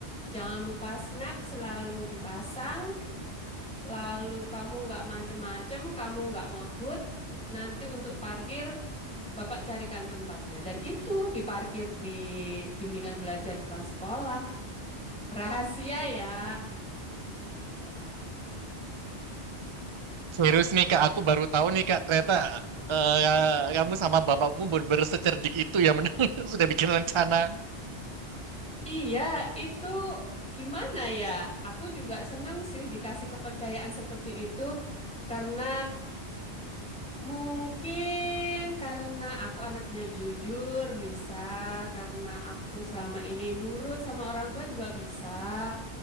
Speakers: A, in the centre; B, on the right (about 45°).
A: Jangan lupa snap selalu dipasang, lalu kamu nggak macem-macem, kamu nggak ngebut. Nanti untuk parkir, Bapak carikan tempatnya. Dan itu diparkir di bimbingan belajar depan sekolah. Rahasia ya.
B: Serius nih Kak, aku baru tahu nih Kak, ternyata eh, kamu sama bapakmu bener secerdik itu ya, men. <laughs> Sudah bikin rencana.
A: Iya, itu gimana ya? Aku juga seneng sih dikasih kepercayaan seperti itu, karena Mungkin karena aku anaknya jujur bisa, karena aku selama ini nurut sama orang tua juga bisa.